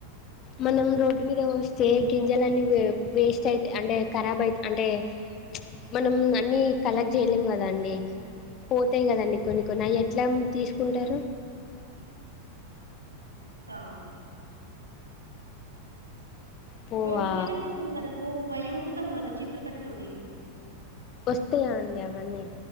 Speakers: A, on the left (about 35°); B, on the right (about 80°).
A: మనం రోడ్డు మీద వోస్తే గింజలన్నీ వే వేస్ట్ అయితయి అంటే కరాబ్ అయి అంటే ప్చే మనం అన్ని కలెక్ట్ చేయలేం కదా అండి పోతాయి కదండి కొన్ని కొన్ని అవి ఎట్లా తీసుకుంటారు
B: అ
A: పోవా
B: రోడ్ మీద పోసం కదా పో పోవు అయ్యి ఊకుతం కదా చిపిరికట్టతోటి
A: వస్తయ్యా అండి అవన్నీ